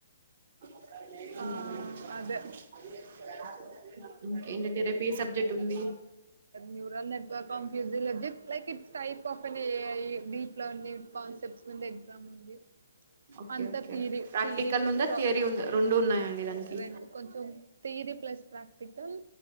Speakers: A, on the right; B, on the right.
A: <unintelligible>
B: ఆ! అదే.
A: ఇంకేంటండి రేపు ఏ సబ్జెక్ట్ ఉంది
B: neural network confuse <unintelligible> like it type of AI deep learning concepts మీద ఎగ్జామ్ ఉంది
A: ఓకే
B: అంతా
A: okay
B: theory
A: practical
B: theory plus
A: ఉందా
B: ప్రాబ్
A: థియరీ ఉందా రెండు ఉన్నాయండి దానికి
B: రెండు కొంచెం తీరి plus practical